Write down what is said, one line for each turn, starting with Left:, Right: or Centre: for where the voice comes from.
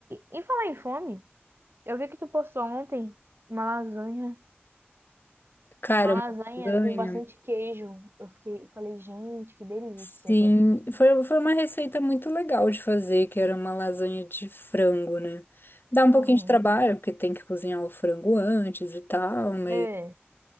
Right: em falar em fome, eu vi que tu postou ontem uma lasanha,
Left: Cara,
Right: uma lasanha
Left: uma lasanha.
Right: com bastante queijo. Eu fiquei, eu falei, gente, que delícia.
Left: Sim, foi, foi uma receita muito legal de fazer, que era uma lasanha de frango, né? Dá um
Right: Aham.
Left: pouquinho de trabalho, porque tem que cozinhar o frango antes e tal, mas
Right: É.